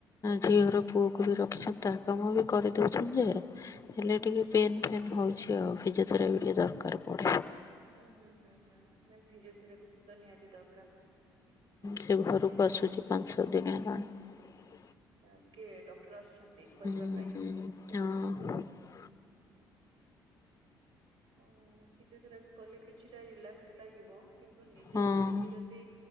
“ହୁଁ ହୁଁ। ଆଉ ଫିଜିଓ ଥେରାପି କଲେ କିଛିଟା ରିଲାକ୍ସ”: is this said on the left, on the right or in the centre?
Right